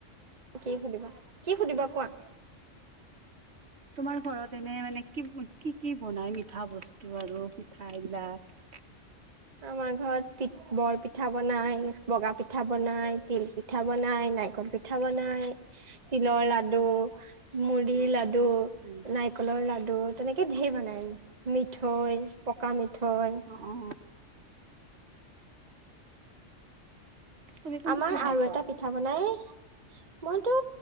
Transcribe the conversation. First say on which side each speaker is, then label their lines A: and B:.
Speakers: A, on the right; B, on the right.
A: কি সুধিবা কি সুধিবা কোৱা
B: তোমাৰ ঘৰত এনে মানে কি কি কি বনাই মিঠা বস্তু আৰু পিঠাবলাক
A: আমাৰ ঘৰত প বৰ পিঠা বনাই বগা পিঠা বনাই তিল পিঠা বনাই নাৰিকল পিঠা পিঠা বনাই তিলৰ লাডু মুড়িৰ লাডু নাই
B: উম
A: নাৰিকলৰ লাড়ু তেনেকে ধঢেৰ বনাই মিঠৈ পকা মিঠেও
B: অ অ তুমি কোনটো
A: আমাৰ
B: খাই ভাল
A: আৰু
B: পোৱা?
A: এটা পিঠা বনাই মইতটো